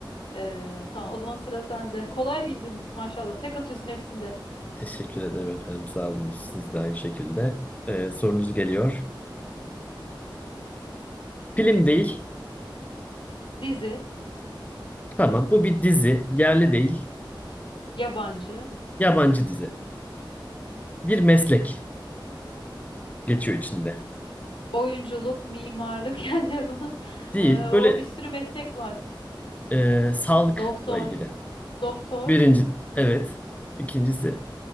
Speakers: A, on the left (about 85°); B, on the left (about 20°).
A: Ee, tamam o zaman sıra sende. Kolay bildin maşallah. Tek atıyorsun hepsinde.
B: Teşekkür ederim efendim. Sağ olun. Siz de aynı şekilde. Ee, sorunuz geliyor. Film değil.
A: Dizi,
B: Tamam. Bu bir dizi. Yerli değil.
A: yabancı,
B: Yabancı dizi. Bir meslek geçiyor içinde.
A: oyunculuk, mimarlık, <laughs> Kendall'ın.
B: Değil.
A: Ee, o
B: Böyle
A: bir sürü meslek var.
B: Ee, sağlıkla
A: Doktor,
B: ilgili.
A: doktor,
B: Birinci, evet. İkincisi